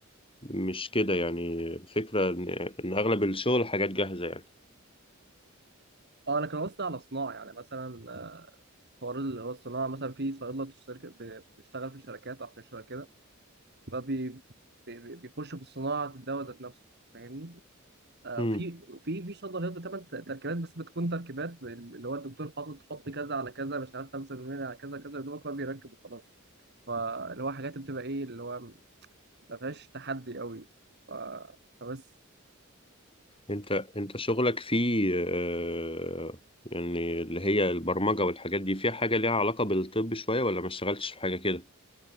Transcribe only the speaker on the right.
اه انا كان قصدي على صناعه يعني مثلا آه، حوار اللي هو الصناعه مثلا في صيدله بتشترك ب- بتشتغل في شركات او في شركه كده فبي بي- بي- بيخشوا في صناعه الدواء ذات نفسه فاهمني آه
في في في صيدليات بتعمل ت- تركيبات بس بتكون تركيبات بال- اللي هو الدكتور حاطط حط كذا على كذا مش عارف 5% على كذا كذا يا دوبك هو بيركب وخلاص فاللي هو حاجات بتبقى ايه اللي هو ما فيهاش تحدي قوي ف... فبس